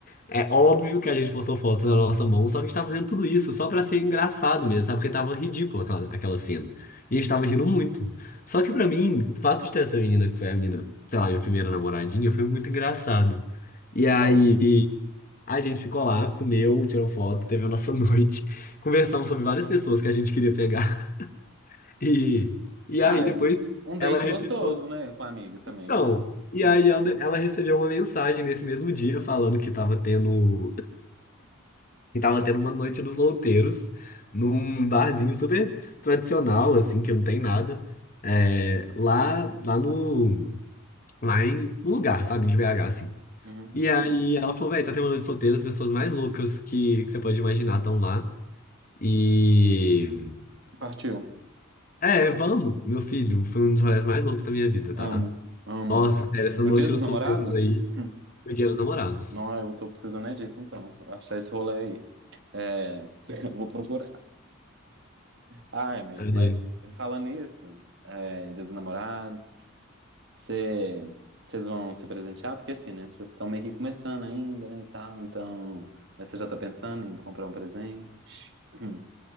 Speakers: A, on the left; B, on the right.
A: É óbvio que a gente postou fotos da nossa mão, só que a gente tava fazendo tudo isso só pra ser engraçado mesmo, sabe? Porque tava ridícula aquela, aquela cena. E a gente tava rindo muito. Só que pra mim, o fato de ter essa menina, que foi a menina, sei lá, minha primeira namoradinha, foi muito engraçado. E aí
B: Óbvio.
A: a gente ficou lá, comeu, tirou foto, teve a nossa <laughs> noite. Conversamos sobre várias pessoas que a gente queria pegar. E, e
B: Ah,
A: aí depois
B: é. Um date
A: ela recebeu.
B: gostoso, né? Com a amiga também,
A: Então,
B: é.
A: e
B: Hum,
A: aí ela, ela recebeu uma mensagem nesse mesmo dia falando que tava tendo. E tava tendo uma noite dos solteiros, num barzinho super tradicional, assim, que não tem nada. é, lá, lá no, lá em, no lugar, sabe, de BH, assim.
B: uhum.
A: E aí ela falou, velho, tá tendo uma noite solteira, as pessoas mais loucas que, que você pode imaginar estão lá. E...
B: Partiu.
A: É, vamos, meu filho, foi um dos rolês mais loucos da minha vida, tá?
B: Amo, amo.
A: Nossa, sério, essa
B: No
A: noite
B: Dia dos
A: dos
B: Namorados?
A: solteiros aí
B: Hum.
A: foi Dia dos Namorados.
B: Não, eu tô precisando é disso, então. Achar esse rolê aí. É, <laughs> vou procurar. Ai, amigo,
A: Aí,
B: mas falando nisso, é, Dia dos Namorados, cê- vocês vão se presentear? Porque assim, né? Vocês estão meio que começando ainda, né, e tal. Então, mas você já tá pensando em comprar um presente? Hum,